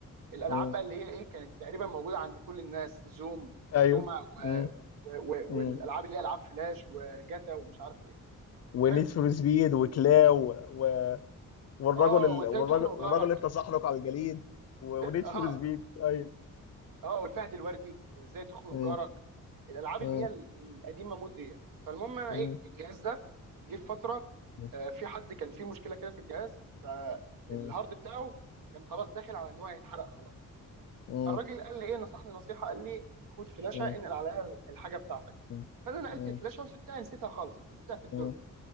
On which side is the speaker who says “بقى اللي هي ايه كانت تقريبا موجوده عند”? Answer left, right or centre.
Right